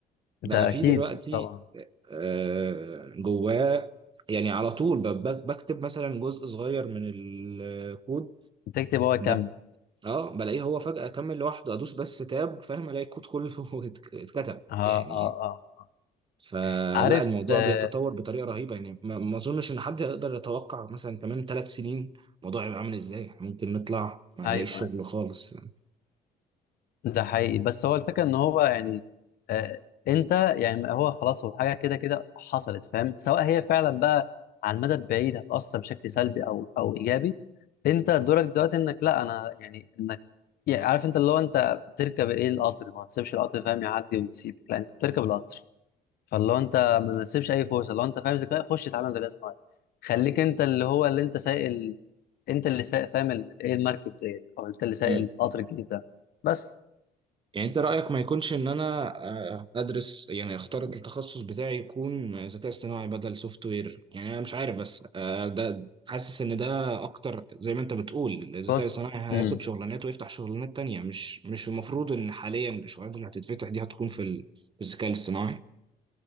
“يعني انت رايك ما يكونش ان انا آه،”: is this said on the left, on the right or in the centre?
Right